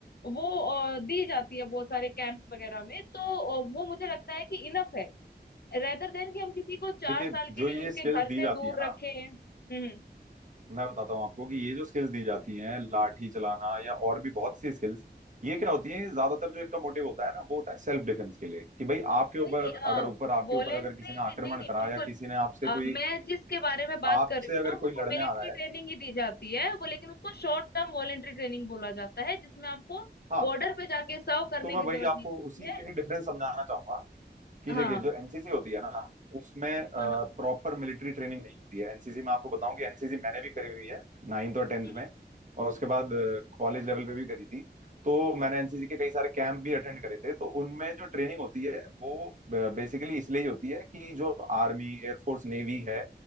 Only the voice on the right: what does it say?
देखिए
जो
ये
स्किल
दी
जाती
है ना
मैं बताता हूँ आपको कि ये जो स्किल्स दी जाती हैं लाठी चलाना या और भी बहुत सी स्किल्स ये क्या होती है ज्यादातर जो इनका मोटिव होता है ना वो होता है सेल्फ डिफेंस के लिए कि भाई आपके ऊपर
अगर ऊपर आपके
ऊपर अगर किसी ने आक्रमण
करा
या किसी ने आपसे
कोई
आपसे
अगर
कोई लड़ने
आ रहा
है
हाँ
तो मैं
वही आपको
उसी
के ही डिफरेंस समझाना चाहूंगा कि
देखिए जो एनसीसी होती है ना उसमें प्रॉपर
मिलिट्री ट्रेनिंग नहीं होती है एनसीसी में आपको बताऊं कि एनसीसी मैंने भी करी हुई है नाइन्थ और टेंथ
में और उसके बाद कॉलेज लेवल पे भी करी थी तो मैंने एनसीसी के कई सारे कैंप भी अटेंड करे थे तो उनमें जो ट्रेनिंग होती है वो बेसिकली इसलिए ही होती है कि जो आर्मी एयरफोर्स नेवी है